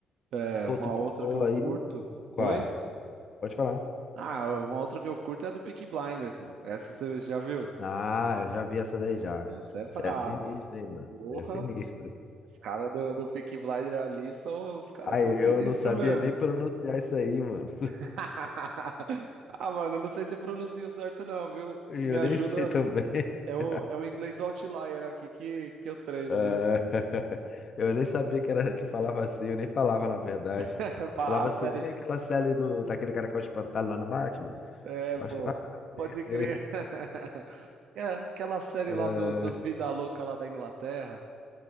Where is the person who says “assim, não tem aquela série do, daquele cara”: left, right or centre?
Left